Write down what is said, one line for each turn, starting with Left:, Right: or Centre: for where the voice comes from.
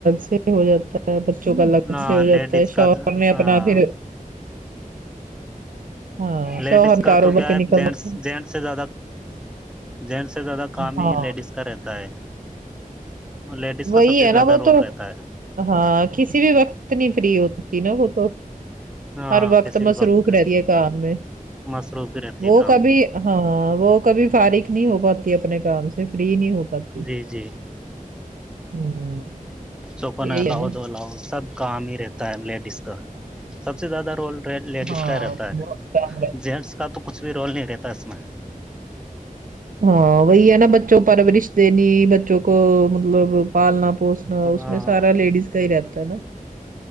Right: سے ہو جاتا ہے بچوں کا الگ
Centre: ہاں
Right: سے ہو جاتا
Centre: لیڈیز
Right: ہے
Centre: کا
Right: شوہر نے
Centre: ہاں
Right: اپنا پھر ہاں
Centre: لیڈیز
Right: شوہر
Centre: کا
Right: کاروبار
Centre: تو کیا
Right: پہ
Centre: ہے
Right: نکلنا
Centre: جینس جینس سے زیادہ جینس سے زیادہ کام
Right: ہاں
Centre: ہی لیڈیز کا رہتا ہے لیڈیز
Right: وہی
Centre: کا سب سے
Right: ہے نا
Centre: زیادہ
Right: وہ
Centre: رول
Right: تو
Centre: رہتا ہے
Right: ہاں کسی بھی وقت نہیں فری ہوتی نا وہ تو
Centre: ہاں
Right: ہر وقت
Centre: کسی بھی
Right: مصروف
Centre: وقت
Right: رہتی ہے کام میں
Centre: مصروف ہی رہتی
Right: وہ
Centre: ہے کام
Right: کبھی ہاں وہ کبھی فارغ نہیں ہو پاتی اپنے کام سے فری نہیں ہو پاتی
Centre: جی جی
Right: ہ
Centre: سو فن
Right: یہی ہے
Centre: لاؤ
Right: نا
Centre: دو لاؤ سب کام ہی رہتا ہے لیڈیز کا سب سے زیادہ رول لیڈیز
Right: ہاں
Centre: کا رہتا ہے
Right: بہت کام رہ
Centre: جینس کا تو کچھ بھی رول نہیں رہتا اس میں
Right: ہاں وہی ہے نا بچوں پرورش دینی بچوں کو مطلب پالنا پوسنا اس
Centre: ہاں
Right: میں سارا لیڈیز کا ہی رہتا ہے نا